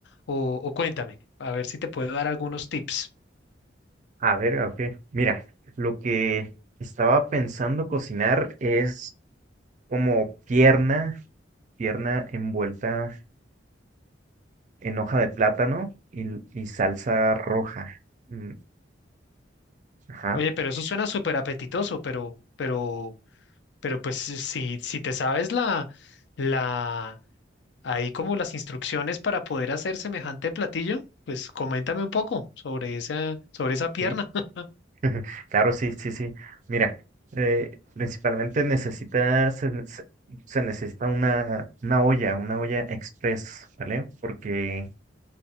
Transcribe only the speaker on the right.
A ver, ah, ok. Mira, lo que estaba pensando cocinar es como pierna, pierna envuelta en hoja de plátano y, y salsa roja. Mm, Ajá,
sí.
<laughs> Claro, sí, sí, sí. Mira, eh, principalmente necesita, se, ne- se- se necesita una, una olla, una olla express, ¿vale? Porque